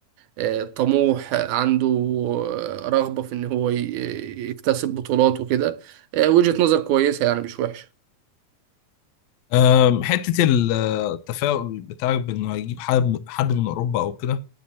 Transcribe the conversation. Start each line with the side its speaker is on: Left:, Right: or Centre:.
Right: آه، طموح آه، عنده آه، رغبه في ان هو ي- يكتسب بطولات وكده آه، وجهه نظر كويسه يعني مش وحشه
Left: آم، حته ال- آه، التفاؤل بتاعك بانه هيجيب حد حد من اوروبا او كده